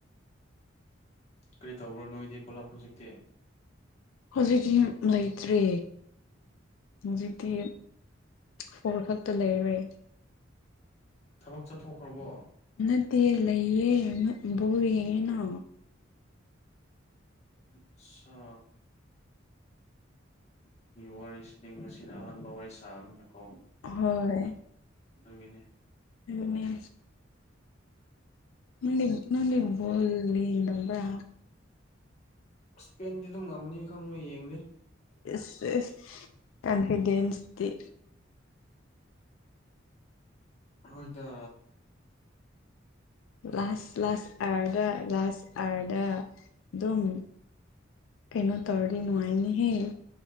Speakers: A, on the left; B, on the left.
A: ꯀꯔꯤ ꯇꯧꯕ꯭ꯔꯣ ꯅꯣꯏꯗꯤ ꯄꯨꯂꯞ ꯍꯧꯖꯤꯛꯇꯤ
B: ꯍꯧꯖꯤꯛꯀꯤ ꯂꯩꯇ꯭ꯔꯦ ꯍꯧꯖꯤꯛꯇꯤ ꯐꯣꯔ ꯈꯛꯇ ꯂꯩꯔꯦ
A: ꯊꯕꯛ ꯆꯠꯊꯣꯛꯈ꯭ꯔꯕꯣ
B: ꯅꯠꯇ ꯂꯩꯦ ꯔꯤꯅ
A: ꯑꯆꯥ ꯋꯥꯁꯤꯗꯤ ꯑꯁꯤꯁꯤꯅ ꯑꯍꯥꯟꯕꯥꯧꯋꯥ ꯋꯥꯔꯤ ꯁꯥꯅ ꯀꯧꯕ
B: ꯍꯣꯏ
A: ꯑꯗꯒꯅꯦ
B: ꯑꯗꯨꯅꯤ ꯅꯗꯤ ꯅꯪꯗꯤꯕꯣꯜꯂꯤ ꯂꯕ꯭ꯔ
A: ꯏꯁꯄꯦꯟꯗꯤ ꯑꯗꯨꯝ ꯉꯝꯃꯅꯤ ꯈꯪꯕꯣꯏ ꯌꯦꯡꯗꯦ
B: ꯁ ꯀꯟꯐꯤꯗꯦꯟꯁꯗꯤ
A: ꯑ ꯍꯣꯏꯗ
B: ꯂꯥꯁ ꯂꯥꯁ ꯑꯥꯔꯗ ꯂꯥꯁ ꯑꯔꯗ ꯑꯗꯨꯝ ꯀꯩꯅꯣ ꯇꯧꯔꯤ ꯅꯉꯥꯏꯅꯤ ꯍꯦ